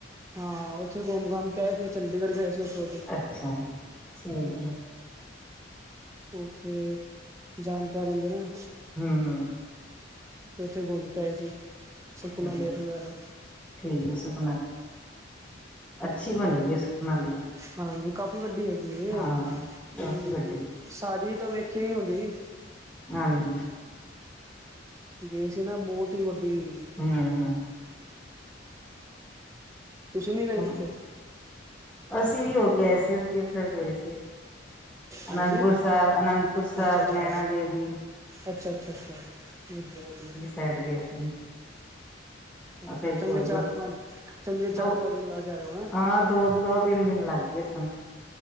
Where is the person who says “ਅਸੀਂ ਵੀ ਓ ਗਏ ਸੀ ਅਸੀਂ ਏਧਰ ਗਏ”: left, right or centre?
Centre